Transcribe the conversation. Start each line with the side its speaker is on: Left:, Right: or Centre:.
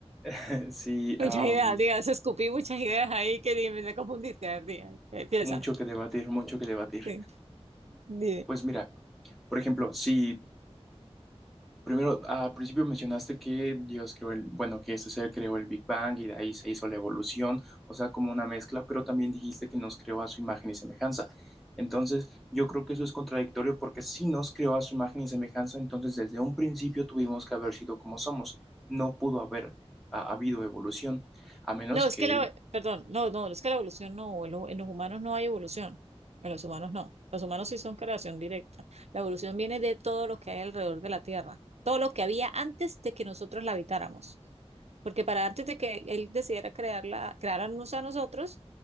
Centre: <laughs> Sí,
Right: Muchas
Centre: am,
Right: ideas, digas, escupí muchas ideas ahí que ni me confundiste. A ver, diga, ¿qué piensas?
Centre: mucho que debatir, mucho que debatir.
Right: Sí, dime.
Centre: Pues mira, por ejemplo, si Primero, ah, al principio mencionaste que Dios creó el, bueno, que este ser creó el Big Bang y de ahí se hizo la evolución, o sea, como una mezcla, pero también dijiste que nos creó a su imagen y semejanza. Entonces, yo creo que eso es contradictorio porque si nos creó a su imagen y semejanza, entonces desde un principio tuvimos que haber sido como somos. No pudo haber ah, habido evolución, a menos
Right: No, es
Centre: que
Right: que la,
Centre: él,
Right: perdón, no, no, es que la evolución no, en lo- en los humanos no hay evolución, en los humanos no, los humanos sí son creación directa. La evolución viene de todo lo que hay alrededor de la Tierra, todo lo que había antes de que nosotros la habitáramos. Porque para antes de que él decidiera crearla, crearnos a nosotros,